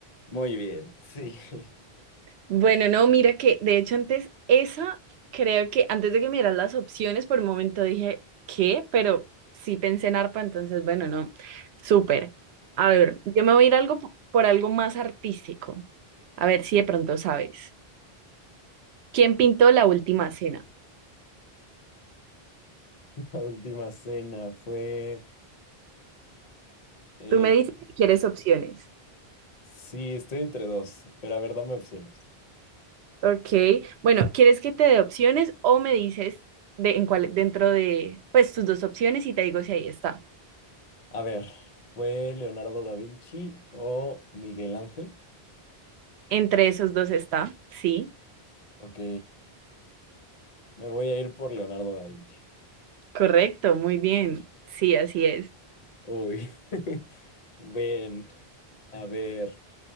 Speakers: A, on the left; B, on the right.
A: Muy bien, sí. <laughs>
B: Bueno, no, mira que de hecho antes esa, creo que antes de que miras las opciones, por un momento dije, ¿qué? Pero sí pensé en arpa, entonces bueno, no, súper. A ver, yo me voy a ir algo p- por algo más artístico. A ver si de pronto sabes. ¿Quién pintó la última cena?
A: La última cena fue... eh,
B: Tú me dices si quieres opciones.
A: sí, estoy entre dos, pero a ver, dame opciones.
B: Ok, bueno, ¿quieres que te dé opciones o me dices de, en cuál, dentro de, pues, tus dos opciones y te digo si ahí está?
A: A ver, ¿fue Leonardo da Vinci o Miguel Ángel?
B: Entre esos dos está, sí.
A: Ok, me voy a ir por Leonardo da Vinci.
B: Correcto, muy bien. Sí, así es.
A: Uy, <laughs> bien, a ver,